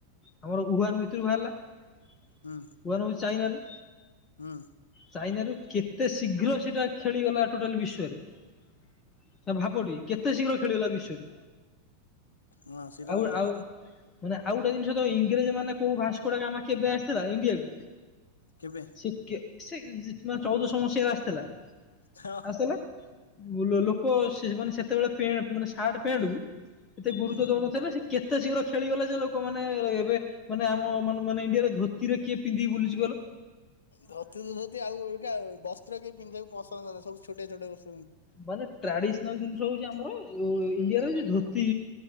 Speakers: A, on the left (about 25°); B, on the left (about 70°).
A: ଆମର ଉହାନ ଭିତରୁ ବାହାରିଲା ଉହାନ
B: ହୁଁ
A: ହଉଚି ଚାଇନାରୁ।
B: ହୁଁ
A: ଚାଇନାରୁ କେତେ ଶୀଘ୍ର ସେଟା ଖେଳିଗଲା ଟୋଟାଲ ବିଶ୍ଵରେ। ସେଟା ଭାବ ଟିକେ କେତେ ଶୀଘ୍ର ଖେଳଗଲା ବିଶ୍ଵରେ।
B: ହଁ ସେଇଟା
A: ଆଉ
B: ତ ସତ
A: ଆଉ
B: କଥା
A: ମାନେ ଆଉ ଗୋଟା ଜିନିଷ‌। ଇଂରେଜ ମାନେ କୋଉ ଭସ୍କୋଡାଗାମା କେବେ ଆସିଥିଲା ଇଣ୍ଡିଆକୁ
B: କେବେ
A: ସେ କେ ସେ ଜି ମାନେ ଚଉଦଶ ମସିହାରେ ଆସିଥିଲା।
B: ହଁ
A: ଆସିଥିଲା ଲୋ ଲୋକ ସେ ମାନେ ସେତେବେଳେ ପେଁ ମାନେ ସାର୍ଟ। ପେଣ୍ଟ କୁ ଏତେ ଗୁରୁତ୍ୱ
B: ହୁଁ
A: ଦଉନଥିଲେ ସେ କେତେ ଶୀଘ୍ର ଖେଳିଗଲା ଯେ ଲୋକ୍ ମାନେ ରେ ଏବେ ମାନେ ଆମ ମନ୍ ମାନେ ଇଣ୍ଡିଆରେ ଧୋତିରେ କିଏ ପିନ୍ଧି‌ କି ବୁଲୁଚି କଇଲ?
B: ଧୋତି ତ ଧୋତି ଆଉ ଅବିକା ବସ୍ତ୍ର କେହି ପିନ୍ଧିଆକୁ ପସନ୍ଦ କରୁନାହାଁନ୍ତି ସବୁ ଛୋଟଆ ଛୋଟଆ ବସ୍
A: ମାନେ ଟ୍ରାଡିସନାଲ ଦିନଷ୍ ଯୋଉ ହଉଚି ଆମର ଏ ଇଣ୍ଡିଆ ର ହଉଚି ଧୋତି